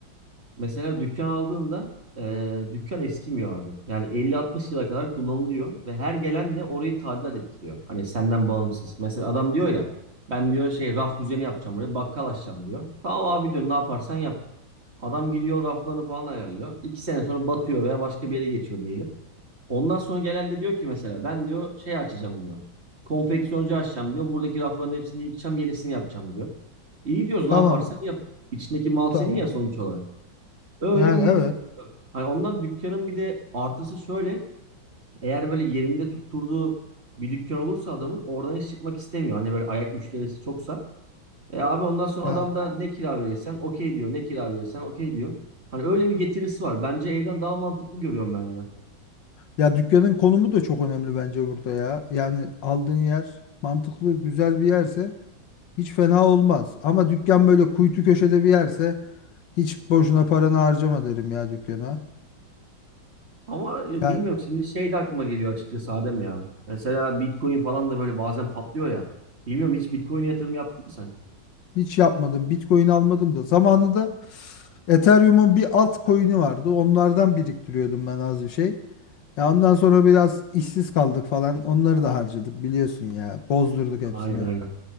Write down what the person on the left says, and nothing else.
Tamam,
tamam.
Yani
evet
ya.
Ya dükkanın konumu da çok önemli bence burada ya. Yani aldığın yer mantıklı, güzel bir yerse hiç fena olmaz. Ama dükkan böyle kuytu köşede bir yerse hiç boşuna paranı harcama derim ya dükkana.
Yani
hiç yapmadım. Bitcoin almadım da zamanında Ethereum'un bir altcoin'i vardı. Onlardan biriktiriyordum ben az bir şey. Ya ondan sonra biraz işsiz kaldık falan. Onları da harcadık biliyorsun ya. Bozdurduk hepsini.